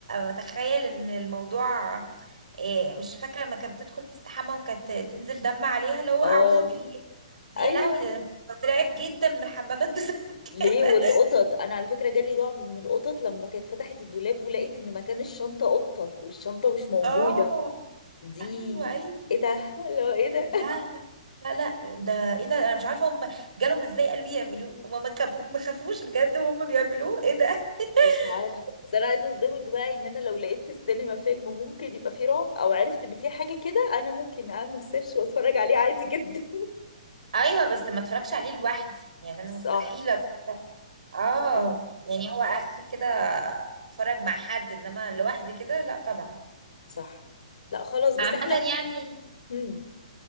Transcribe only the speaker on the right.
اتخيل ان الموضوع إيه، مش فاكره لما كانت بتدخل تستحمى وكانت تنزل دم عليها اللي هو
اعوذ بالله دي
يا لهوي ده انا كنت بترعب جدا من الحمامات <laughs> بسبب
كده
اه
ايوه ايوه
لا
لا لا لا ده ايه ده انا مش عارفه هم جالهم ازاي قلبي يعملوه هم ما كبو- ما خافوش بجد وهم بيعملوه ايه ده <laughs>
ايوه بس ما اتفرجش عليه لوحدي يعني انا
مستحيل اتفرج اه
يعني هو اخري كده اتفرج مع حد انما لوحدي كده لا طبعا
عامة
يعني